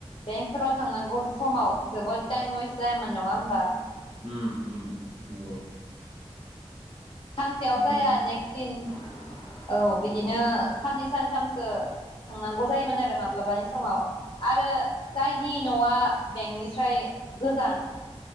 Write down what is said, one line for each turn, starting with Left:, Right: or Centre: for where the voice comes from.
Left: बेंकफोराव थांनांगौ समाव जोबोद टाइम वेस्ट जायामोन नङा होमबा?
Right: उम उम नंगौ।
Left: सानसेयाव जाया
Right: जों
Left: नेक्स्ट दिन औ बिदिनो साननै सानथामसो थांनांगौ जायोमोन आरो माब्लाबानि समाव आरो जायनि न'आ बेंकनिफ्राय गोजान